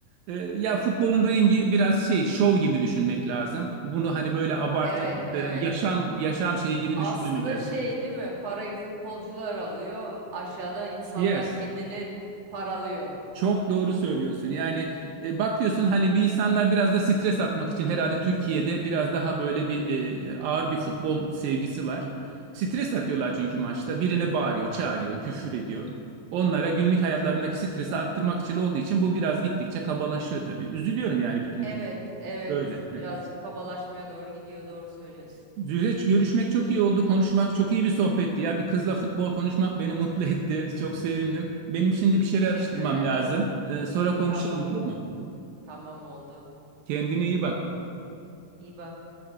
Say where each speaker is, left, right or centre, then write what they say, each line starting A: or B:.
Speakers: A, on the right; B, on the right.
A: E, ya futbolun rengi biraz şey şov gibi düşünmek lazım. Bunu hani böyle abartı
B: evet, evet.
A: e, yaşam yaşam şeyi gibi
B: Aslında
A: düşünmemek lazım.
B: şey değil mi? Parayı futbolcular alıyor. Aşağıdan insanlar
A: Yes.
B: kendini paralıyor.
A: Çok doğru söylüyorsun. Yani e, bakıyorsun hani bir insanlar biraz da stres atmak için herhalde Türkiye'de biraz daha böyle bir e, ağır bir futbol sevgisi var. Stres atıyorlar çünkü maçta. Birine bağırıyor, çağırıyor, küfür ediyor. Onlara günlük hayatlarındaki stresi attırmak için olduğu için bu biraz gittikçe kabalaşıyor tabii. Üzülüyorum yani bütün
B: Evet,
A: bunu.
B: evet.
A: Böyle.
B: Birazcık
A: Evet.
B: kabalaşmaya doğru gidiyor. Doğru söylüyorsun.
A: Zühreç görüşmek çok iyi oldu. Konuşmak çok iyi bir sohbetti ya. Bir kızla futbol konuşmak beni mutlu etti. Çok sevindim. Benim şimdi bir şeyler
B: Teşekkür
A: atıştırmam
B: ederim.
A: lazım. Ee, sonra konuşalım
B: Tamam,
A: olur mu?
B: tamam oldu.
A: Kendine iyi bak.
B: İyi bak.